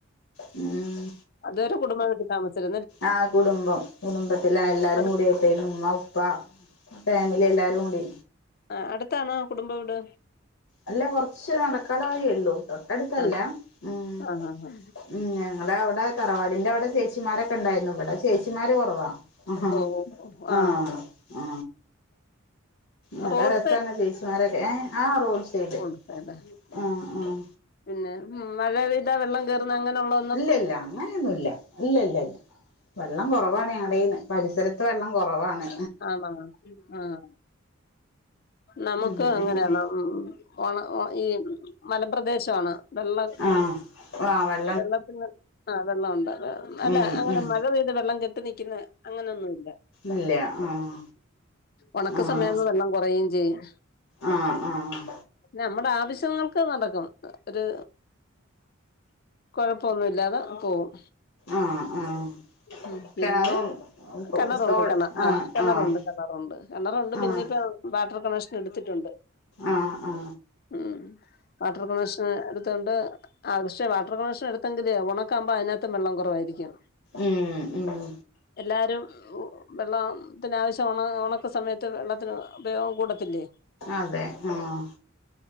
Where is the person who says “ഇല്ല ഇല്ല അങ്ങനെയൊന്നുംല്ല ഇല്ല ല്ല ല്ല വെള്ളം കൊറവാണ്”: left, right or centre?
Left